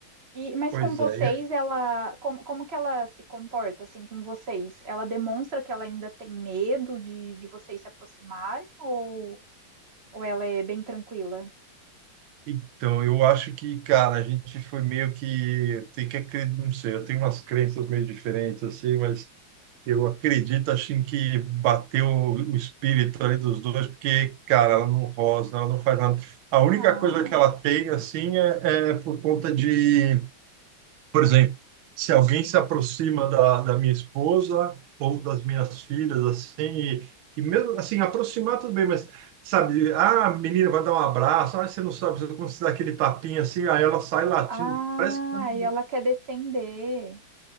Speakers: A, on the right; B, on the right.
A: E, mas
B: pois
A: com vocês,
B: é.
A: ela, como, como que ela se comporta assim com vocês? Ela demonstra que ela ainda tem medo de, de vocês se aproximarem ou, ou ela é bem tranquila?
B: Então, eu acho que, cara, a gente foi meio que tem que acreditar, não sei, eu tenho umas crenças meio diferentes assim, mas eu acredito assim que bateu o espírito ali dos dois, porque, cara, ela não rosna, ela não faz nada. A única
A: Ah,
B: coisa que ela tem assim é, é por conta de por exemplo, se alguém se aproxima da, da minha esposa ou das minhas filhas, assim, e, e mesmo assim, aproximar tudo bem, mas sabe, ah, a menina vai dar um abraço, ah, você não sabe você- como se dá aquele tapinha assim, aí ela sai latindo,
A: ah,
B: parece que dá um
A: e ela quer defender.